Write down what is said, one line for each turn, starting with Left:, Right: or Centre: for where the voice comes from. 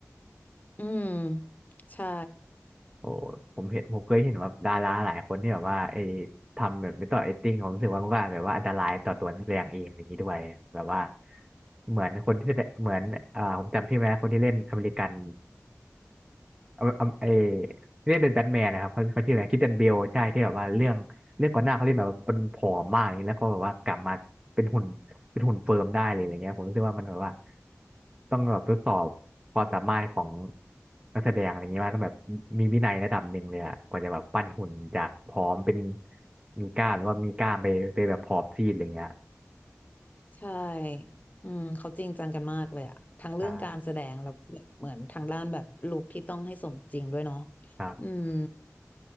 Left: อืมใช่
Right: โอ้ผมเห็นผมเคยเห็นแบบดาราหลายคนที่แบบว่าไอ้ทำแบบเมธอดแอคติ้งผมรู้สึกว่ามันก็แบบว่าอันตรายต่อตัวนักแสดงเองอะไรอย่างนี้ด้วยแบบว่าเหมือนคนที่แสดงเหมือนอ่าผมจำชื่อไม่ได้คนที่เล่นอเมริกัน เอาเอาเอที่เล่นเป็นแบทแมนนะครับเขาเขาชื่ออะไรคริสเตียนเบลใช่ที่แบบว่าเรื่องเรื่องก่อนหน้าเขาเล่นแบบคนผอมมากอย่างนี้แล้วก็แบบว่ากลับมาเป็นหุ่นเป็นหุ่นเฟิร์มได้เลยอะไรเงี้ยผมรู้สึกว่ามันแบบว่าต้องแบบทดสอบความสามารถของนักแสดงอะไรเงี้ยว่าต้องแบบมีวินัยระดับหนึ่งเลยอะกว่าจะแบบปั้นหุ่นจากผอมเป็นมีกล้ามหรือว่ามีกล้ามไปไปแบบผอมซีดอะไรเงี้ย
Left: ใช่อืมเขาจริงจังกันมากเลยอะทั้งเรื่องการแสดงแล้วก็แบบเหมือนทางด้านแบบลุคที่ต้องให้สมจริงด้วยเนาะ
Right: ใช่
Left: อืม